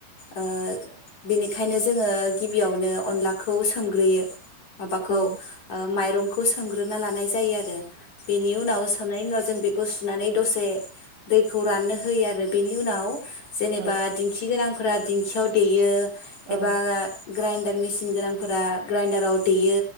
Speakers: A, on the left; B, on the right.
A: आ बेनिखायनो जोङो गिबियावनो अनलाखौ सोमग्रोयो। माबाखौ
B: औ
A: ओ माइरं खौ सोमग्रोना लानाय जायो आरो। बेनि उनाव सोमनायनि उनाव जों बेखौ सुनानै दसे दैखौ राननो होयो आरो। बेनि उनाव जेनेबा
B: औ
A: दिंखि गोनां फोरा दिंखियाव देयो। एबा।
B: औ
A: ग्राइडार मेसिन गोनांफोरा ग्राइडाराव देयो।